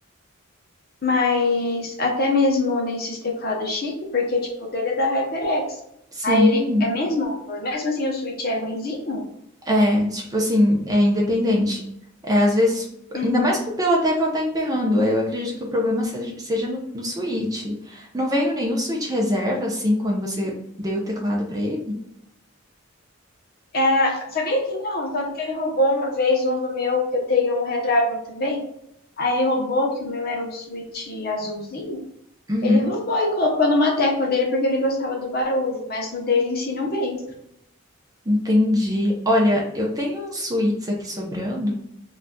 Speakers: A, on the left; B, on the right.
A: Mas até mesmo nesses teclados chique, porque, tipo, o dele é da HyperX.
B: Sim,
A: Aí ele é mesmo, mesmo assim o Switch é ruinzinho,
B: é, tipo assim, é independente. É, às vezes,
A: Uhum.
B: ainda mais por- pela tecla tá emperrando, eu acredito que o problema seja, seja no, no Switch. Não veio nenhum Switch reserva, assim, quando você deu o teclado pra ele?
A: É, sabia que não? Tanto que ele roubou uma vez um do meu, que eu tenho um Redragon também. Aí ele roubou, que o meu era um Switch azulzinho.
B: Uhum,
A: Ele roubou e colocou numa tecla dele porque ele gostava do barulho, mas no dele em si não veio.
B: entendi. Olha, eu tenho uns Switches aqui sobrando.